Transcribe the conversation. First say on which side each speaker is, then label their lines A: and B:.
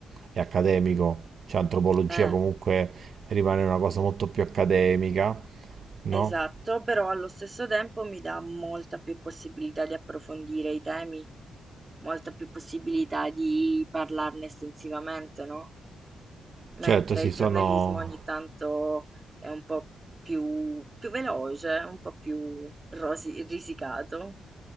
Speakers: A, on the right; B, on the right.
A: è accademico, cioè antropologia
B: Eh.
A: comunque rimane una cosa molto più accademica, no?
B: Esatto, però allo stesso tempo mi dà molta più possibilità di approfondire i temi, molta più possibilità di parlarne estensivamente, no? Mentre
A: Certo, sì,
B: il
A: sono...
B: giornalismo ogni tanto è un po' più, più veloce, un po' più rosi- risicato.